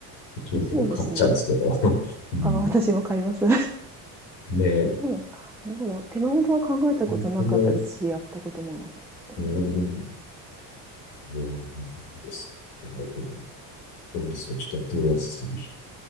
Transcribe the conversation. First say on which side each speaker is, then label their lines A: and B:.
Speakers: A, on the left (about 85°); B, in the centre.
A: うちも結構買っちゃうんですけど。
B: そうですね。
A: <laughs> うん。
B: ああ、私も買います。
A: ね、
B: <laughs> そうなか。なるほど。手羽元は考えたことなかったですし、
A: 本当も、
B: やったこともなかったです。
A: うん、うんです。なるほど。分離数をちょっとやってみます、次。